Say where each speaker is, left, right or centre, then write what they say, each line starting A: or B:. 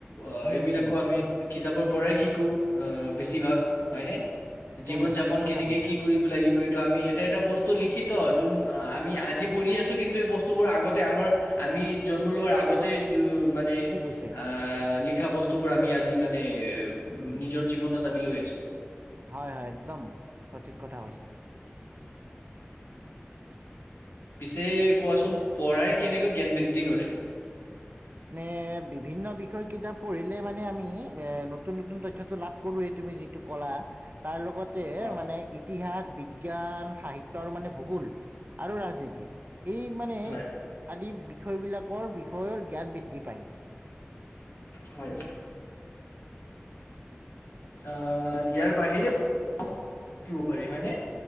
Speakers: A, on the left; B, on the right.
A: অ
B: উম
A: এইবিলাকো
B: হম
A: আমি কিতাপৰ পৰাই শিকো বেছিভাগ হয়নে
B: একেবাৰে
A: জীৱন
B: সঠিক
A: যাপন
B: কথা
A: কেনেকে
B: কৈছা
A: কি কৰিব লাগিব কিন্তু আমি এটা-এটা বস্তু লিখিত, যোন আমি আজি পঢ়ি আছো কিন্তু এই বস্তু বোৰ আগতে আমাৰ আমি জন্ম লোৱাৰ আগতে য মানে
B: লিখি গৈছে
A: আ, লি লিখা বস্তু বোৰ আমি আজি মানে
B: উম,
A: নিজৰ জীৱনত আমি লৈ আছো
B: হয়- হয়, একদম সঠিক কথা হৈছে।
A: পিছে কোৱাচোন, পঢ়াই কেনেকৈ জ্ঞান বৃদ্ধি কৰে?
B: মানে <unintelligible> কিতাপ পঢ়িলে মানে আমি এ নতুন নতুন তথ্যটো লাভ কৰোৱেই তুমি যিটো ক'লা তাৰ লগতে
A: হয়
B: মানে ইতিহাস, বিজ্ঞান সাহিত্যৰ মানে ভূগোল আৰু ৰাজনীতি এই মানে
A: হয়।
B: আদি বিষয়বিলাক কৰ বিষয়ৰ জ্ঞান বৃদ্ধি পায়।
A: হয় আ ইয়াৰ বাহিৰেও <unintelligible> পাৰি হয়নে,